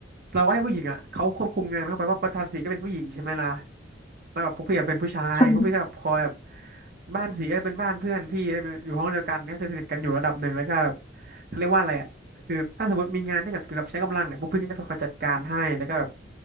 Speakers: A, on the right (about 55°); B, on the left (about 20°).
A: เราก็ให้ผู้หญิงอ่ะเขาควบคุมงานเข้าไปว่าประธานสีก็เป็นผู้หญิงใช่ไหมล่ะแล้วแบบพวกพี่อะเป็นผู้ชายพวกพี่ก็แบบคอยแบบ
B: ค่ะ
A: บ้านสีก็เป็นบ้านเพื่อนพี่อยู่ห้องเดียวกันก็คือสนิทกันอยู่ระดับหนึ่งแล้วก็แบบเขาเรียกว่าอะไรอ่ะคือถ้าสมมติมีงานที่แบบเกี่ยวกับใช้กำลังเนี่ยพวกพี่ก็จะไปคอยจัดการให้แล้วก็แบบ